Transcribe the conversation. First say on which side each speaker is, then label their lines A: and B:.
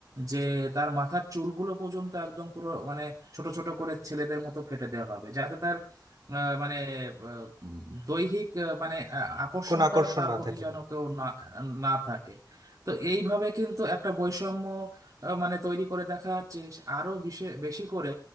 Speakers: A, on the right (about 50°); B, on the right (about 65°).
A: যে তার মাথার চুলগুলো পর্যন্ত একদম পুরো মানে ছোট ছোট করে ছেলেদের মতো কেটে দেওয়া হবে যাতে তার আহ, মানে আহ, দৈহিক আহ, মানে আ- আকর্ষণটা
B: কোন আকর্ষণ
A: তার
B: না
A: প্রতি
B: থাকে
A: যেন কেউ না না থাকে তো এইভাবে কিন্তু একটা বৈষম্য আহ, মানে তৈরি করে দেখা যাচ্ছে আরো বিশে- বেশি করে